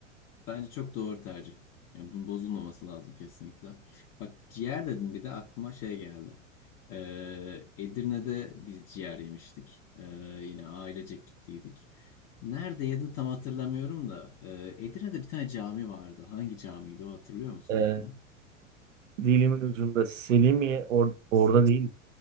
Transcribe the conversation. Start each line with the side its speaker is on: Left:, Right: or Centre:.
Left: Bence çok doğru tercih. Yani bunun bozulmaması lazım kesinlikle. Bak ciğer dedim bir de aklıma şey geldi. Ee, Edirne'de biz ciğer yemiştik. Ee, yine ailecek gittiydik. Nerede yedim tam hatırlamıyorum da. ee, Edirne'de bir tane cami vardı. Hangi camiydi o hatırlıyor musun
Right: Kesinlikle.
Left: adını?
Right: Dilimin ucunda Selimiye or- orada
Left: S-
Right: değil.